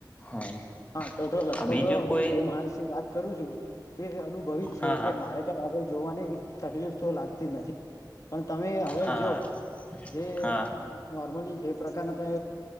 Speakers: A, on the left; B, on the left.
A: આ
B: હા તો તો લગભગ
A: બીજું
B: હું
A: કોઈ
B: જે માણસ રાત કરું છું તે અનુભવી જ છે
A: હા
B: એટલે
A: હા
B: મારે કાંઈ આગળ જોવાની તકલીફ તો લાગતી જ નથી પણ તમે હવે
A: હા
B: જો જે
A: હા
B: નોર્મલી જે પ્રકારના તમે